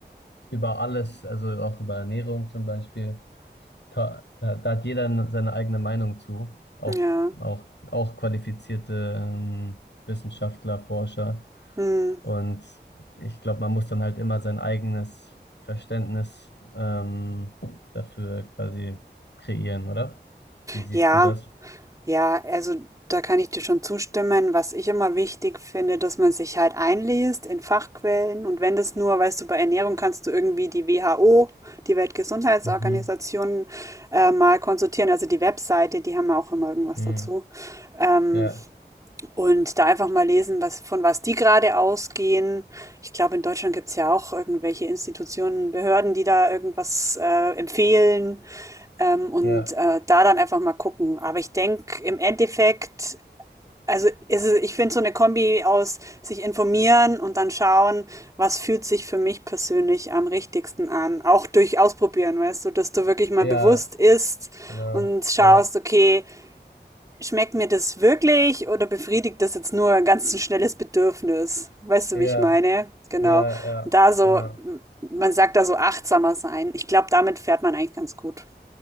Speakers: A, on the left; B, on the right.
A: über alles, also auch über Ernährung zum Beispiel, da, da da hat jeder seine eigene Meinung zu, auch,
B: ja.
A: auch, auch qualifizierte ähm, Wissenschaftler, Forscher.
B: Hm.
A: Und ich glaube, man muss dann halt immer sein eigenes Verständnis ähm, dafür quasi kreieren, oder? Wie siehst
B: Ja,
A: du das?
B: Ja, also da kann ich dir schon zustimmen. Was ich immer wichtig finde, dass man sich halt einliest in Fachquellen und wenn das nur, weißt du, bei Ernährung kannst du irgendwie die WHO, die Weltgesundheitsorganisation,
A: Mhm.
B: äh, mal konsultieren. Also die Webseite, die haben ja auch immer irgendwas
A: Mhm.
B: dazu. Ähm,
A: Ja,
B: und da einfach mal lesen, was, von was die gerade ausgehen. Ich glaube, in Deutschland gibt's ja auch irgendwelche Institutionen, Behörden, die da irgendwas äh, empfehlen. Ähm, und
A: ja,
B: äh, da dann einfach mal gucken. Aber ich denke, im Endeffekt, also ist es, ich finde so eine Kombi aus sich informieren und dann schauen, was fühlt sich für mich persönlich am richtigsten an. Auch durch Ausprobieren, weißt du, dass du wirklich mal
A: ja.
B: bewusst isst
A: Genau.
B: und schaust,
A: Ja,
B: okay, schmeckt mir das wirklich oder befriedigt das jetzt nur ein ganz schnelles Bedürfnis? Weißt
A: ja,
B: du, wie ich meine? Genau.
A: ja, ja,
B: Und da so,
A: genau.
B: man sagt da so achtsamer sein. Ich glaube, damit fährt man eigentlich ganz gut.